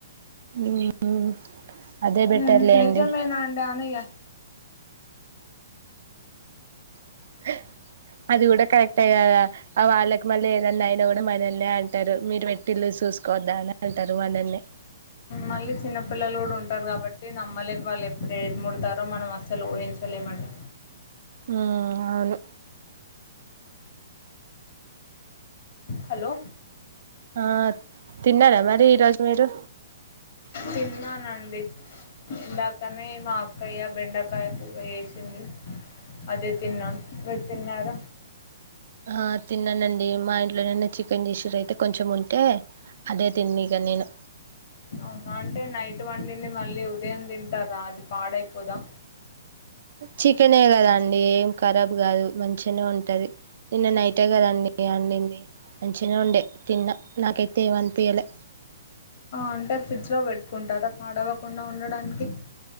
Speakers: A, on the right; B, on the left.
A: ఉమ్ అదే బెటర్లేండి
B: ఉమ్ నిజమేనాండాను ఇగ
A: <unintelligible> అది కూడా కరెక్టే కదా ఆ వాళ్ళకి మళ్ళీ ఏదన్నా అయినా కూడా మనల్నే అంటారు మీరు పెట్టిలు సు సుసుకోవధనే అంటారు మనల్నే
B: మళ్ళీ చిన్నపిల్లలు కూడా ఉంటారు కాబట్టి నమ్మలేం వాళ్ళు ఎప్పుడు ఏదు మూడుతారో మనం అస్సలు ఊహించలేమండి
A: ఉ అవును
B: హలో
A: ఆ తిన్నారా మరి ఈరోజు మీరు
B: తిన్నానండి ఇందాక మే మా అక్కయ్య బెండకాయ కూర చేసింది అదే తిన్నాం మీరు తిన్నార
A: ఆ తిన్నానండి మా ఇంట్లో నిన్న చికెన్ జేసిర్రు అయితే కొంచెం ఉంటే అదే తిన్న ఇగ నేను
B: అవున అంటే నైట్ వండింది మళ్ళీ ఉదయం తింటారు గా అది పాడైపోదా
A: చికెనే కదా ఏం ఖరాబ్ కాదు మంచిగానే ఉంటది నిన్న నైటే కదండి అండింది మంచిగా ఉండే తిన్నా నాకైతే ఏమనిపియలే
B: అంటే ఫ్రిడ్జ్ లో పెట్టుకుంటరా పాడవ్వకుండా ఉండడానికి